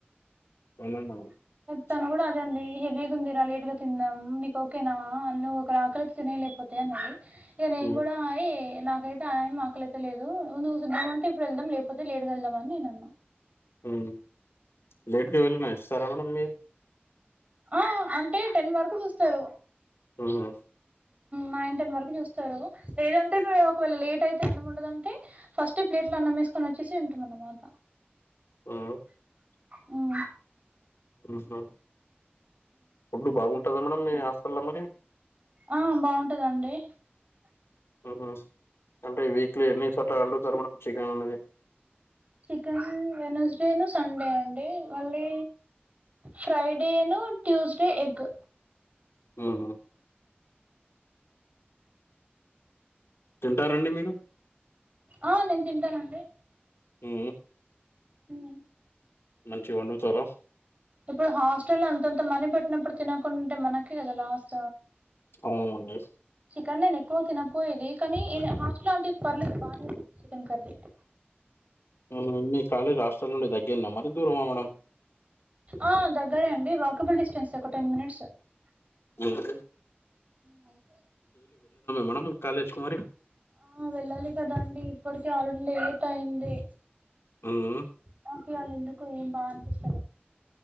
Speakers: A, on the left; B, on the right.
A: <unintelligible>
B: తను కూడా అదే అండి హెవీగా ఉందిరా లేట్ గా తిన్నాం నీకు ఓకేనా ఆ నువ్వు ఒక ఆకలైతే తినై లేకపోతే అన్నది. ఇగ నేన్
A: మ్మ్.
B: గూడ నాకైతే ఆకలైత లేదు నువ్వు తిందాం అంటే ఇప్పుడు ఎళ్దాం లేకపోతే లేటుగా ఎళ్దాం అని నేను అన్నా
A: హ్మ్మ్ లేట్గా వెళ్ళిన ఇస్తారా మేడం మీక్
B: ఆ అంటే టెన్ వరకు చూస్తరు
A: అవునా
B: నైన్ టెన్ వరకు చూస్తారు లేదంటే ఒకవేళ లేట్ అయితే అన్నం ఉండదంటే ఫస్ట్ ప్లేట్ ప్లేట్ ల అన్నమ్మేసుకొని వచ్చేసి ఉంటుందన్నమాట
A: ఆ
B: మ్మ్
A: ఆహా ఫుడ్డ్ బాగుంటదా మేడం మీ హాస్టల్లో మరి
B: ఆ బాగుంటదండి
A: ఆహా అంటే వీక్లీ ఎన్ని సార్లు అండుతారు మేడం చికెన్ అనేది
B: చికెన్ వెనస్డేను సండే అండి మళ్ళీ ఫ్రైడేను ట్యూస్డే ఎగ్
A: హ్మ్మ్ తింటారండి మీరు
B: ఆ నేన్ తింటానండి
A: హ్మ్మ్
B: హ్మ్మ్
A: మంచిగ వండుతారా
B: ఇప్పుడు హాస్టల్ లో అంతంత మనీ పెట్టినప్పుడు తినకుంటే మనకే కదా లాస్
A: అవునండి
B: చికెన్ నేను ఎక్కువ తినపోయేది కానీ హాస్టల్లాంటిది పర్లేదు బాగానే చికెన్ కర్రీ
A: హ్మ్మ్ మీ కాలేజీ హాస్టల్ నుండి దగ్గర్న మరి దూరమా మేడం
B: ఆ దగ్గరే అండి వాకబుల్ డిస్టెన్స్ ఒక టెన్ మనిట్స్
A: హ్మ్మ్
B: హ్మ్మ్
A: మేడం కాలేజ్‌కి మరి
B: ఆ వెళ్ళాలి కదండి ఇప్పటికే ఆలో లేట్ అయింది
A: హ్మ్
B: నాకు ఇవాళ్ళ ఎందుకు ఏం బాగనిపిస్తాలే